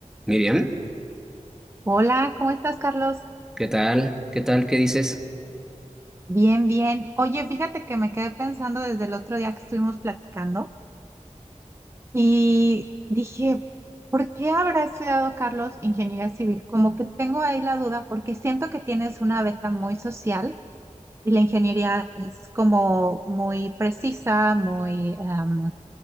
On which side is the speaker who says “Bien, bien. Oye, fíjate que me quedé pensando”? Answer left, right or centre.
Right